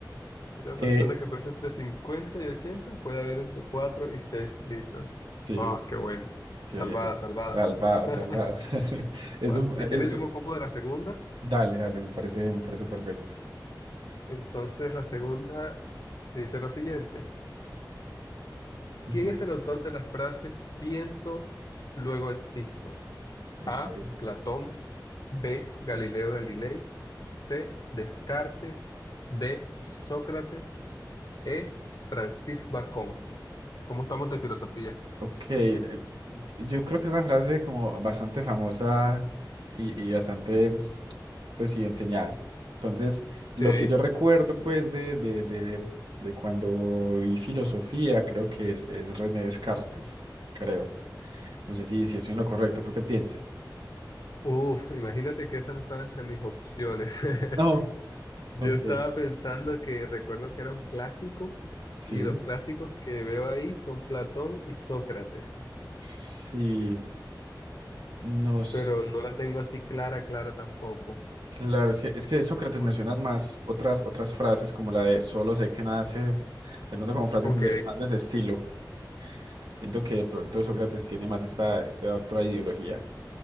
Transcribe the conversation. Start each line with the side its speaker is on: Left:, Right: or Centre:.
Left: Una persona
Right: Eh,
Left: que pesa entre 50 y 80 puede haber entre 4 y 6 litros.
Right: sí,
Left: Oh, qué bueno.
Right: que
Left: Salvada, salvada.
Right: salvado,
Left: <laughs>
Right: salvado. <laughs> Es
Left: Va,
Right: un,
Left: Si quieres,
Right: es,
Left: yo me ocupo de la segunda.
Right: dale, dale, me parece, me parece perfecto.
Left: Entonces, la segunda dice lo siguiente.
Right: Ujú,
Left: ¿Quién es el autor de la frase pienso, luego existo?
Right: Ok,
Left: A. Platón. B. Galileo Galilei. C. Descartes. D. Sócrates. E. Francis Bacon. ¿Cómo estamos de filosofía?
Right: ok. eh, y- Yo creo que es una frase como bastante famosa y, y bastante, pues sí, enseñada. Entonces, lo
Left: Sí.
Right: que yo recuerdo, pues, de, de, de, de cuando vi filosofía, creo que es, es René Descartes, creo. No sé si, si estoy en lo correcto, ¿tú qué piensas?
Left: Uf, imagínate que esa no estaba entre mis opciones.
Right: No.
Left: <laughs> Yo
Right: Ok.
Left: estaba pensando que recuerdo que era un clásico
Right: Sí,
Left: y los clásicos que veo ahí son Platón y Sócrates,
Right: sí. nos
Left: pero no la tengo así clara, clara tampoco.
Right: claro, es que, es que de Sócrates
Left: Porque,
Right: me suenan más otras, otras frases como la de solo sé que nada sé, de pronto como frases
Left: ok,
Right: de- más de ese estilo. Siento que de pronto Sócrates tiene más esta, esta otra ideología.